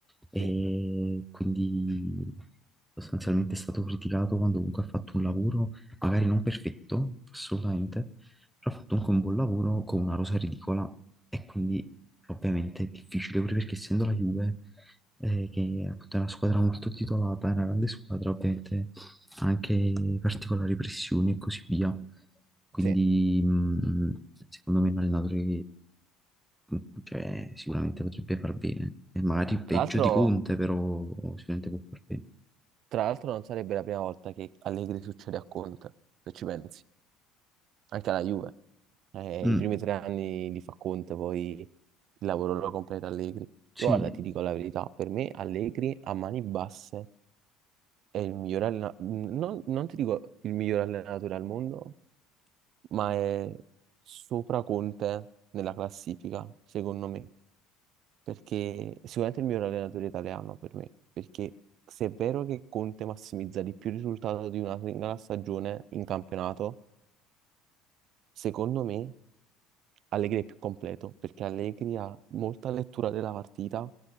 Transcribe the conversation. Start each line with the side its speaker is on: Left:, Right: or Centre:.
Centre: E
Right: Sì,
Centre: quindi sostanzialmente è stato criticato quando comunque ha fatto un lavoro magari non perfetto, assolutamente, però Ho fatto comunque un buon lavoro con una rosa ridicola e quindi ovviamente è difficile pure perché essendo la Juve, eh, che appunto è una squadra molto titolata, è una grande squadra, ovviamente ha anche particolari pressioni e così via. Quindi
Right: sì.
Centre: mh, secondo me è un allenatore che mh, cioè, sicuramente potrebbe far bene, e magari peggio
Right: Tra l'altro,
Centre: di Conte, però sicuramente può far bene.
Right: tra l'altro non sarebbe la prima volta che Allegri succede a Conte, se ci pensi, anche alla Juve. Eh,
Centre: Mm,
Right: i primi tre anni li fa Conte, poi il lavoro lo completa Allegri.
Centre: sì,
Right: Io guarda, ti dico la verità, per me Allegri a mani basse è il miglior allenatore, non, non ti dico il miglior allenatore al mondo, ma è sopra Conte nella classifica, secondo me, perché sicuramente è il miglior allenatore italiano per me, perché se è vero che Conte massimizza di più il risultato di una singola stagione in campionato, secondo me Allegri è più completo perché Allegri ha molta lettura della partita,